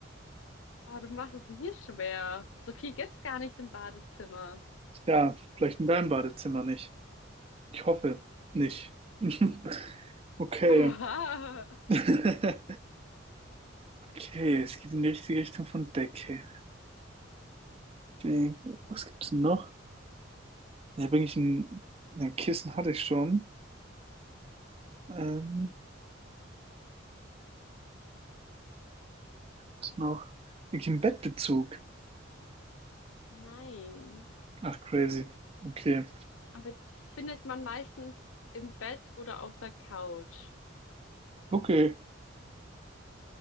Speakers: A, on the left (about 90°); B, on the right (about 30°).
A: Oh, du machst es mir schwer. So viel gibt's gar nicht im Badezimmer.
B: Ja, vielleicht in deinem Badezimmer nicht. Ich hoffe nicht. <laughs> Okay.
A: Oha.
B: <laughs> Okay, es geht in die richtige Richtung von Decke. Ding. Was gibt's denn noch? Ja, bin ich ein, ein Kissen hatte ich schon. Ähm, was noch? Bin ich ein Bettbezug?
A: Nein.
B: Ach, crazy. Okay.
A: Aber die findet man meistens im Bett oder auf der Couch.
B: Okay.